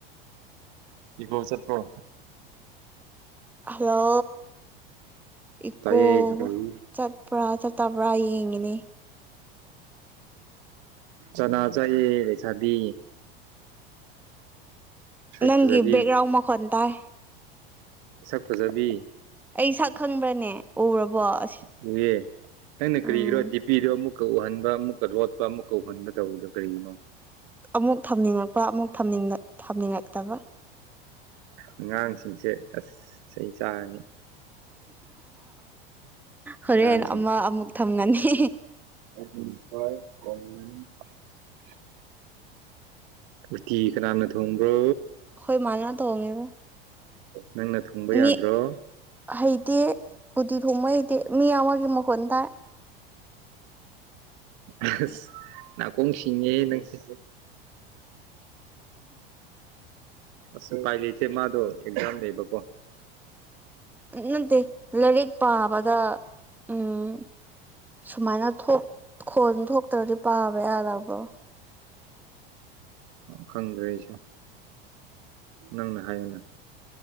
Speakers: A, on the right; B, in the centre.
A: ꯀꯣ ꯆꯠꯄꯔꯣ
B: ꯍꯜꯂꯣ ꯏꯀꯣ
A: ꯇꯥꯏꯌꯦ ꯂꯩ
B: ꯆꯠꯄ꯭ꯔꯥ ꯆꯠꯇꯕ꯭ꯔꯥ ꯌꯦꯡꯉꯤꯅꯦ
A: ꯆꯅꯥ ꯆꯥꯏꯑꯦ ꯂꯩꯁꯥꯕꯤ ꯁꯛ
B: ꯅꯪꯒꯤ
A: ꯐꯖꯕꯤ
B: ꯕꯦꯛꯒ꯭ꯔꯥꯎꯝ ꯃꯈꯣꯟ ꯇꯥꯏ
A: ꯐꯖꯕꯤ
B: ꯑꯩ ꯁꯛ ꯈꯪꯕ꯭ꯔꯅꯦ ꯎꯔꯕꯣ ꯑꯁ
A: ꯎꯏꯌꯦ ꯅꯪꯅꯥ
B: ꯎꯝ
A: ꯀꯔꯤꯒꯤꯅꯣ ꯗꯤꯄꯤꯗꯣ ꯑꯃꯨꯛ ꯑꯃꯨꯛꯀ ꯎꯍꯟꯕ ꯑꯃꯨꯛꯀ ꯂꯣꯠꯄ ꯑꯃꯨꯛꯀ ꯎꯍꯟꯕ ꯇꯧꯋꯤꯗꯣ ꯀꯔꯤꯒꯤꯅꯣ
B: ꯑꯃꯨꯛ ꯊꯝꯅꯤꯡꯉꯛꯄ ꯑꯃꯨꯛ ꯊꯝꯅꯤꯡꯉꯛꯇꯕ
A: ꯑꯉꯥꯡꯁꯤꯡꯁꯦ ꯑꯁ ꯆꯩ ꯆꯥꯔꯅꯤ
B: ꯍꯣꯔꯦꯟ
A: ꯑꯉꯥꯡꯁꯤꯡ
B: ꯑꯃ ꯑꯃꯨꯛ ꯊꯝꯒꯅꯤ
A: <unintelligible> ꯎꯇꯤ ꯀꯅꯥꯅ ꯊꯣꯡꯕ꯭ꯔꯣ
B: ꯑꯩꯈꯣꯏ ꯃꯥꯅꯥ ꯊꯣꯡꯉꯦ
A: ꯅꯪꯅ ꯊꯣꯡꯕ
B: ꯃꯤ
A: ꯌꯥꯗ꯭ꯔꯣ
B: ꯍꯩꯇꯦ ꯎꯇꯤ ꯊꯣꯡꯕ ꯍꯩꯇꯦ ꯃꯤ ꯑꯃꯥꯒꯤ ꯃꯈꯣꯟ ꯇꯥꯏ
A: ꯑꯁ ꯅꯥꯀꯣꯡ ꯁꯤꯡꯉꯦꯍꯦ ꯅꯪꯁꯦ ꯑꯁ ꯎꯄꯥꯏ ꯂꯩ ꯏꯇꯦ ꯃꯥꯗꯣ ꯑꯦꯛꯖꯥꯝ ꯂꯩꯕꯀꯣ
B: ꯅꯠꯇꯦ ꯂꯥꯏꯔꯤꯛ ꯄꯥꯕꯗ ꯎꯝ ꯁꯨꯃꯥꯏꯅ ꯊꯣꯛ ꯈꯣꯟ ꯊꯣꯛꯇ꯭ꯔꯗꯤ ꯄꯥꯕ ꯌꯥꯗꯕ꯭ꯔꯣ
A: ꯈꯪꯗ꯭ꯔꯦ ꯑꯩꯁꯨ ꯅꯪꯅ ꯍꯥꯏꯌꯨꯅꯦ